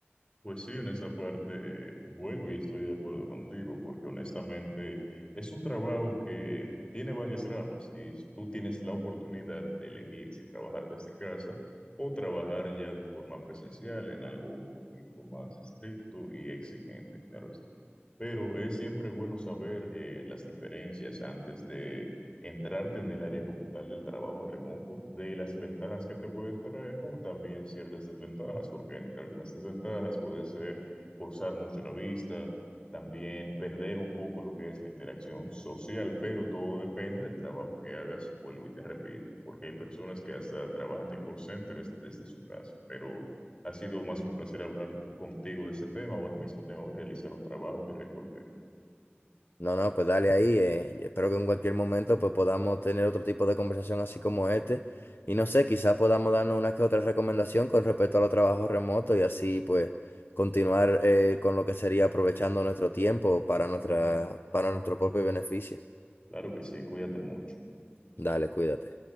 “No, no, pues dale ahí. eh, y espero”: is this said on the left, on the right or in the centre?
Left